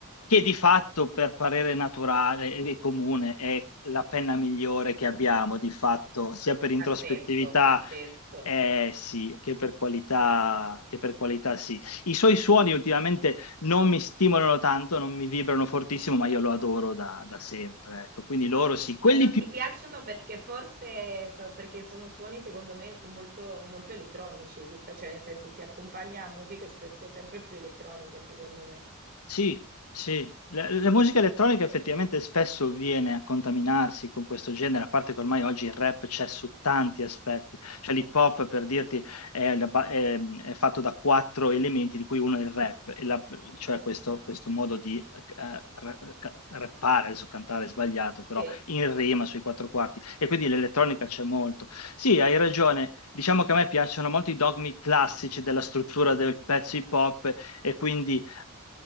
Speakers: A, on the left (about 85°); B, on the right (about 45°).
A: che di fatto per parere naturale e comune è la penna migliore che abbiamo, di fatto, sia per introspettività
B: pazzesco, pazzesco.
A: eh, sì, che per qualità, che per qualità sì. I suoi suoni ultimamente non mi stimolano tanto, non mi vibrano fortissimo, ma io lo adoro da, da sempre. Ecco, quindi loro sì, quelli
B: Ma non
A: più
B: ti piacciono perché forse so- perché sono suoni secondo me molto, molto elettronici, si sta- cioè nel senso si accompagna a musiche spesso sempre più elettroniche secondo me.
A: Sì, sì, la, la musica elettronica effettivamente
B: Eh,
A: spesso viene a contaminarsi con questo genere, a parte che ormai oggi il rap c'è su tanti aspetti, cioè l'hip hop per dirti è, la ba- è- è fatto da quattro elementi di cui uno è il rap, e la- cioè questo, questo modo di eh, ra- ca- rappare, adesso cantare è sbagliato, però
B: Sì,
A: in rima sui quattro quarti e quindi l'elettronica c'è molto. Sì, hai ragione, diciamo che a me piacciono molto i dogmi classici della struttura del pezzo hip hop e quindi